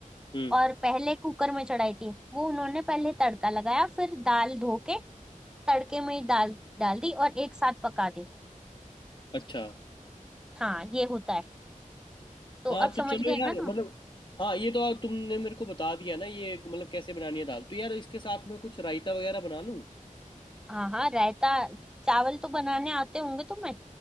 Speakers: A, on the left; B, in the centre.
A: हम्म
B: और पहले कुकर में चढ़ाई थी वो उन्होंने पहले तड़का लगाया फिर दाल धो के तड़के में ही दाल डाल दी और एक साथ पका दी
A: अच्छा
B: हाँ ये होता है तो
A: हाँ
B: अब समझ
A: तो चलो
B: गए
A: यार
B: ना तुम
A: मतलब हाँ ये तो आप तुमने मेरे को बता दिया ना ये मतलब कैसे बनानी है दाल तो यार इसके साथ मैं कुछ रायता वगैरह बना लूँ
B: हाँ हाँ रायता चावल तो बनाने आते होंगे तुम्हें